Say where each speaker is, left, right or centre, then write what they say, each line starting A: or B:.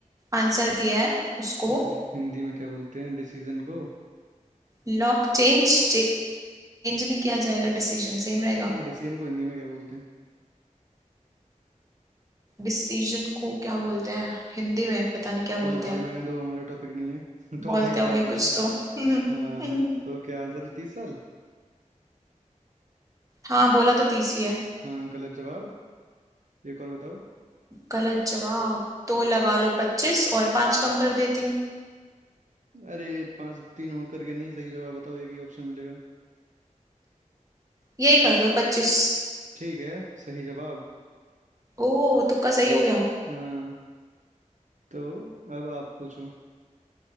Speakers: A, on the right; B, on the right.
A: आंसर दिया है उसको
B: अरे हिंदी में क्या बोलते हैं डिसीजन को
A: लॉक चेंज चेंज नहीं किया जाएगा डिसीजन सेम रहेगा
B: नहीं डिसीजन को हिंदी में क्या बोलते हैं
A: डिसीजन को क्या बोलते हैं हिंदी में पता नहीं क्या
B: चलो
A: बोलते
B: बाढ़
A: हैं
B: में आने दो हमारा टॉपिक नहीं है <laughs> टॉपिक
A: बोलते
B: पे
A: होंगे
B: आते
A: कुछ
B: हैं
A: तो <laughs>
B: हाँ तो क्या आंसर है तीस साल
A: हाँ बोला तो तीस ही है
B: हाँ गलत जवाब एक और बताओ
A: गलत जवाब तो लगा लो पच्चीस और पांच कम कर देती हूँ
B: अरे पाँच तीन होकर के नहीं सही जवाब बताओ एक ही ऑप्शन मिलेगा
A: यही कर दो पच्चीस
B: ठीक है सही जवाब
A: ओ तुक्का सही हो गया
B: हाँ तो अब आप पूछो